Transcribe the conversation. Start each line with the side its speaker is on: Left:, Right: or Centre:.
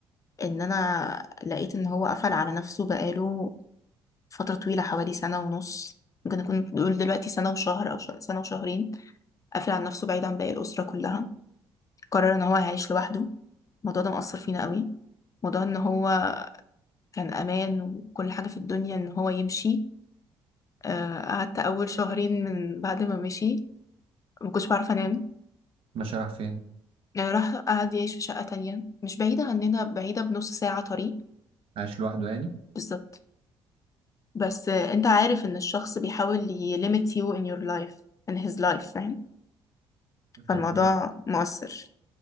Left: ان انا لقيت ان هو قفل على نفسه بقاله فترة طويلة حوالي سنة ونص ممكن نكون نقول دلوقتي سنة وشهر او ش- سنة وشهرين قافل على نفسه بعيد عن باقي الأسرة كلها قرر ان هو هيعيش لوحده الموضوع ده مأثر فينا قوي موضوع ان هو كان امان وكل حاجة في الدنيا ان هو يمشي آه، قعدت اول شهرين من بعد ما مشي ما كنتش بعرف انام
Right: ماشي رايح فين
Left: آه، راح قعد يعيش في شقة تانية مش بعيدة عننا بعيدة بنص ساعة طريق
Right: عايش لوحده يعني
Left: بالظبط بس انت عارف ان الشخص بيحاول ي limit you in your life in his life فاهم فالموضوع
Right: طب
Left: مؤثر